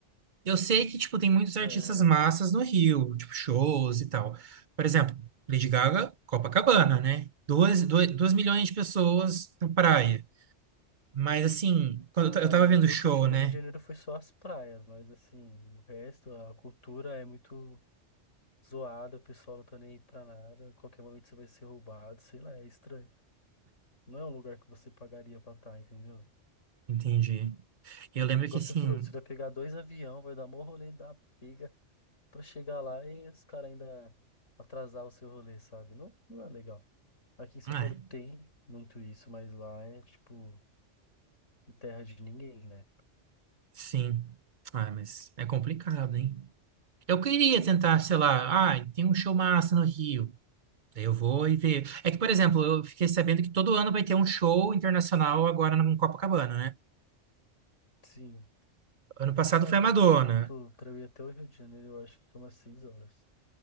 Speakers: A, on the right (about 45°); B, on the left (about 85°).
A: Eu sei que, tipo, tem muitos
B: <laughs>
A: artistas massas no Rio, tipo, shows e tal. Por exemplo, Lady Gaga, Copacabana, né? Dois, dois, duas milhões de pessoas na praia. Mas assim, quando
B: Cara,
A: eu ta- eu tava vendo
B: o que
A: o
B: eu
A: show,
B: curti do
A: né?
B: Rio de Janeiro foi só as praias, mas assim, o resto, a cultura é muito zoada, o pessoal não tá nem aí pra nada, a qualquer momento você vai ser roubado, sei lá, é estranho. Não é um lugar que você pagaria pra estar, entendeu?
A: Entendi. Eu lembro
B: Igual
A: que assim,
B: você falou, você vai pegar dois avião, vai dar mó rolê da pega pra chegar lá e os caras ainda atrasar o seu rolê, sabe? Não, não é legal. Aqui em São
A: ah,
B: Paulo tem muito isso, mas lá é tipo terra de ninguém, né?
A: sim. Ah, mas é complicado, hein? Eu queria tentar, sei lá, ah, tem um show massa no Rio. Daí eu vou e ver. É que, por exemplo, eu fiquei sabendo que todo ano vai ter um show internacional agora no Copacabana, né?
B: Sim.
A: Ano passado
B: Cara,
A: foi a
B: daqui
A: Madonna.
B: onde eu tô, pra eu ir até o Rio de Janeiro, eu acho que é umas seis horas